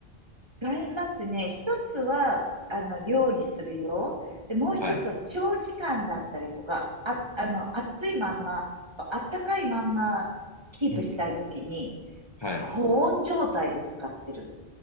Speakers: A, on the right; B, on the left.
A: 違いますね。一つは、あの、料理するよ。で、もう一つは長時間だったりとか、
B: はい。
A: あ、あの、暑いまんま、あったかいまんまキープしたいときに、
B: うんうん。はい。
A: 保温状態で使ってる。